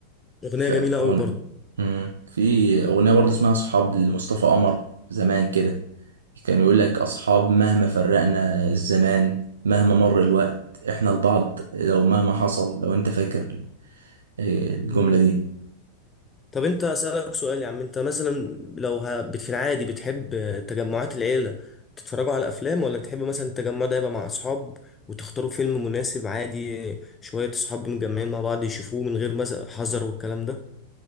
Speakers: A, on the left (about 20°); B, on the right (about 70°).
A: أغنية
B: ف...
A: جميلة أوي
B: ون...
A: برضه
B: مم. في أغنية برضه اسمها أصحاب لمصطفى قمر زمان كده كان يقول لك أصحاب مهما فرقنا الزمان مهما مر الوقت إحنا لبعض لو مهما حصل لو أنت فاكر إيه، الجملة
A: مم.
B: دي
A: طب أنت أسألك سؤال يا عم أنت مثلا لو ه... بت- في العادي بتحب تجمعات العيلة تتفرجوا على أفلام ولا بتحب مثلا التجمع ده يبقى مع أصحاب وتختاروا فيلم مناسب عادي شوية أصحاب متجمعين مع بعض يشوفوه من غير مز- حذر والكلام ده